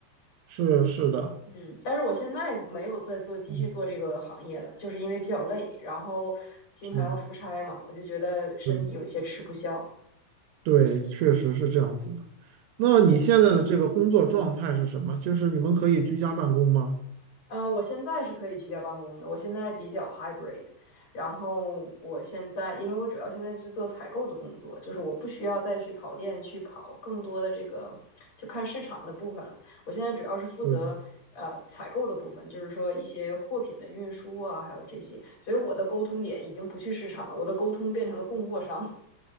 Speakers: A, on the right; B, on the left.
A: 是是的，
B: 嗯，但是我现在没有再做继续做这个行业了，
A: 嗯，
B: 就是因为比较累，然后经常要出差嘛，
A: 是，
B: 我就觉得身体有一些吃不消。
A: 对对，确实是这样子的。那你现在的这个工作状态是什么？就是你们可以居家办公吗？
B: 呃，我现在是可以居家办公的，我现在比较 hybrid，然后我现在因为我主要现在是做采购的工作，就是我不需要再去跑店去跑更多的这个就看市场的部分了，我现在主要是负责呃采购的部分，
A: 对
B: 就是说一些货品的运输啊，还有这些，所以我的沟通点已经不去市场了，我的沟通变成了供货商，